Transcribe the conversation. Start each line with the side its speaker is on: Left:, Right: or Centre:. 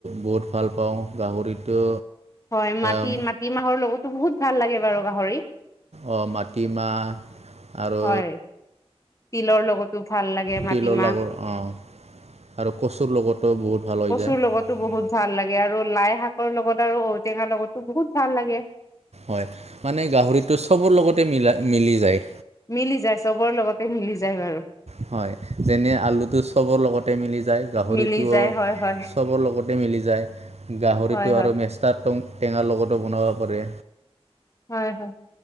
Right: বহুত ভাল পাওঁ গাহৰিটো,
Left: হয়, মাটি
Right: আম,
Left: মাটিমাহৰ লগতো বহুত ভাল লাগে বাৰু গাহৰি।
Right: অ' মাটিমাহ আৰু
Left: হয় তিলৰ লগতো ভাল লাগে
Right: তিলৰ
Left: মাটিমাহ।
Right: লগত অঁ আৰু কচুৰ লগতো বহুত ভাল হৈ
Left: কচুৰ
Right: যায়।
Left: লগতো বহুত ভাল আৰু লাই শাকৰ লগত আৰু ঔটেঙাৰ লগতো বহুত ভাল লাগে।
Right: হয় মানে গাহৰিটো চবৰ লগতে মিলা মিলি যায়।
Left: মিলি যায় চবৰ লগতে মিলি যায় বাৰু।
Right: হয় যেনে আলুটো চবৰ লগতে মিলি যায় গাহৰিটো।
Left: মিলি যায় হয় হয়
Right: চবৰ লগতে মিলি যায় গাহৰিটো
Left: হয় হয়
Right: আৰু মেষ্টাৰ টং- টেঙাৰ লগতো বনাব পাৰে।
Left: হয় হয়।